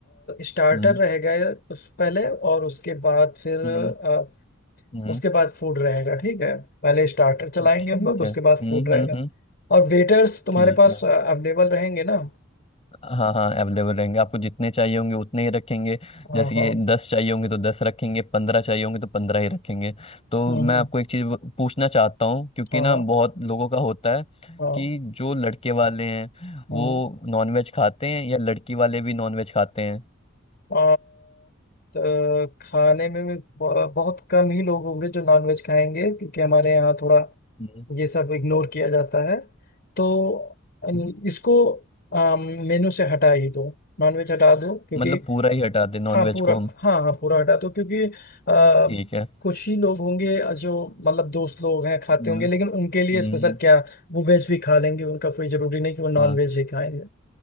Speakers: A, on the left (about 50°); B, on the left (about 30°).
A: स्टार्टर
B: हम्म
A: रहेगा या उस पहले और उसके बाद फिर
B: हम्म
A: आ,
B: हम्म,
A: उसके बाद फूड रहेगा ठीक है पहले स्टार्टर चलाएंगे
B: ठीक
A: हम लोग
B: है
A: उसके
B: हम्म
A: बाद फूड रहेगा
B: हम्म हम्म
A: और वेटर्स तुम्हारे
B: ठीक
A: पास
B: है
A: अवेलेबल रहेंगे ना
B: हाँ हाँ अवेलेबल रहेंगे आपको जितने चाहिए होंगे उतने ही रखेंगे
A: हाँ
B: जैसे कि
A: हाँ
B: दस चाहिए होंगे तो दस रखेंगे पंद्रह चाहिए होंगे तो पंद्रह ही रखेंगे तो
A: हम्म
B: मैं
A: हम्म
B: आपको एक चीज़ ब- पूछना चाहता हूँ क्योंकि
A: हाँ
B: ना
A: हाँ
B: बहुत लोगों का होता है
A: हाँ,
B: कि जो लड़के वाले हैं
A: हम्म
B: वो नॉनवेज खाते हैं या लड़की वाले भी नॉनवेज खाते हैं
A: आ, तो खाने में भी ब- बहुत कम ही लोग होंगे जो नॉनवेज खाएंगे क्योंकि हमारे यहाँ थोड़ा
B: हम्म,
A: ये सब इग्नोर किया जाता है तो
B: हम्म।
A: इसको मेनू से हटा ही दो नॉनवेज हटा दो क्योंकि
B: मतलब पूरा ही हटा दें नॉनवेज
A: हाँ पूरा
B: को हम
A: हाँ हाँ पूरा हटा दो क्योंकि आ,
B: ठीक है
A: कुछ ही लोग होंगे जो मतलब दोस्त लोग हैं खाते
B: हम्म।
A: होंगे लेकिन उनके लिए
B: हम्म
A: स्पेशल क्या वो वेज भी खा लेंगे उनका कोई जरूरी नहीं कि वो नॉन
B: हाँ
A: वेज ही खाएंगे